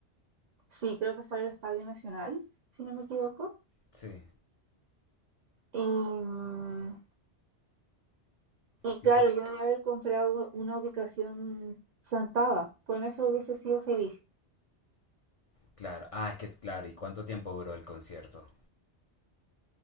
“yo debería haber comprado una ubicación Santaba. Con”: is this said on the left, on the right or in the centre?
Right